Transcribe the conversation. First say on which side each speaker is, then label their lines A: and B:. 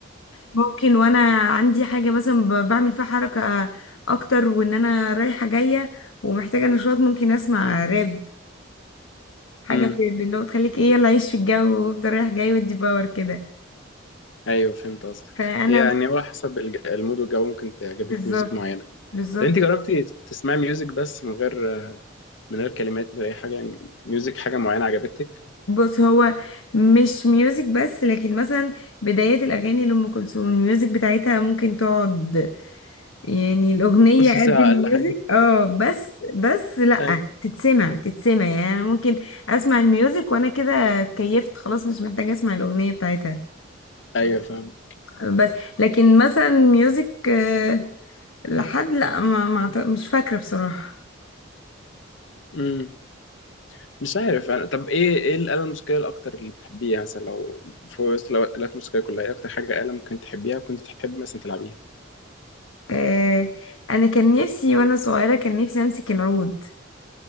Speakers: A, on the left (about 85°); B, on the left (about 65°).
A: ممكن وانا عندي حاجة مثلا ب- بعمل فيها حركة اكتر وان انا رايحة جاية ومحتاجة نشاط ممكن اسمع راب حاجة
B: امم
A: ب- ب- اللي هو تخليك ايه يلا عيش في الجو وافضل رايح جاي ودي باور كده
B: ايوه فهمت قصدك
A: فانا
B: هي يعني هو حسب الج- المود والجو ممكن تعجبك
A: بالظبط
B: ميوزك معينه
A: بالظبط
B: طب انت جربتي تسمعي ميوزك بس من غير من غير كلمات من غير اي حاجه يعني ميوزك حاجه معينه عجبتك
A: بص هو مش ميوزك بس لكن مثلا بدايات الاغاني لام كلثوم الميوزك بتاعتها ممكن تقعد يعني الأغنية
B: نص
A: قد
B: ساعه
A: الميوزك
B: اقل حاجه
A: اه بس بس لأ
B: ايوه
A: تتسمع تتسمع يعني أنا ممكن أسمع الميوزك وأنا كده اتكيفت خلاص مش محتاجة أسمع الأغنية بتاعتها
B: ايوه فاهم
A: بس لكن مثلا ميوزك آه، لحد لأ ما ما أعت- مش فاكرة بصراحة
B: امم مش عارف انا طب ايه ايه الاله الموسيقيه الاكتر اللي بتحبيها يعني مثلا لو في وسط لو- الالات الموسيقيه كلها ايه اكتر حاجه اله ممكن تحبيها وكنت تحب مثلا تلعبيها
A: آه، أنا كان نفسي وأنا صغيرة كان نفسي أمسك العود